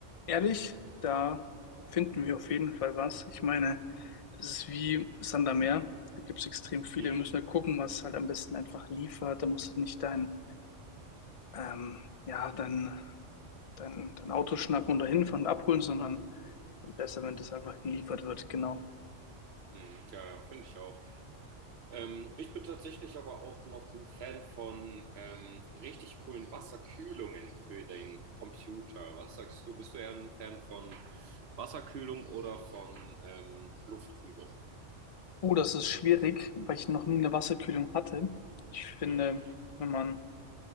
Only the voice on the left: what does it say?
Ehrlich, da finden wir auf jeden Fall was. Ich meine, das ist wie Sand am Meer. Da gibt es extrem viele.
Wir müssen halt gucken, was halt am besten einfach liefert. Da musst du nicht dein, ähm, ja, dein, dein, dein Auto schnappen und dahin fahren und abholen, sondern besser, wenn das einfach geliefert wird. Genau.
Oh, das ist schwierig, weil ich noch nie eine Wasserkühlung hatte. Ich finde,
wenn man